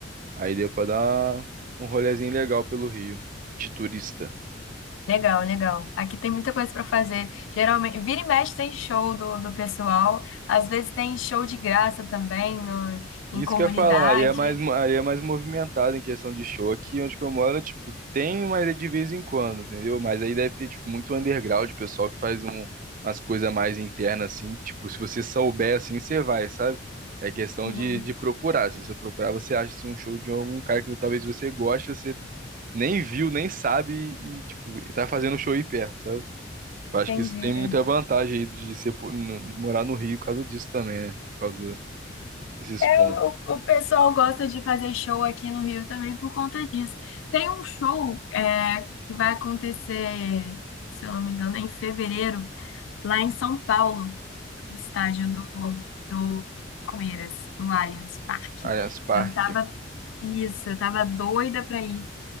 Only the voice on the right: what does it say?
Aí deu pra dar um rolezinho legal pelo Rio, de turista.
Isso
que eu ia falar, aí é mais, mo- aí é mais movimentado em questão de show. Aqui onde que eu moro, tipo, tem, mas é de vez em quando, entendeu? Mas aí deve ter, tipo, muito underground, pessoal que faz um, umas coisas mais internas, assim. Tipo, se você souber, assim, você vai, sabe? É questão
de, de procurar. Se você procurar, você acha, assim, um show de algum cara que talvez você goste, você nem viu, nem sabe e, e, tipo, e tá fazendo um show aí perto, sabe? Eu acho
que isso tem muita vantagem aí de ser, po- no- morar no Rio por causa disso também, né? Por causa desses
pontos.
Allianz Parque.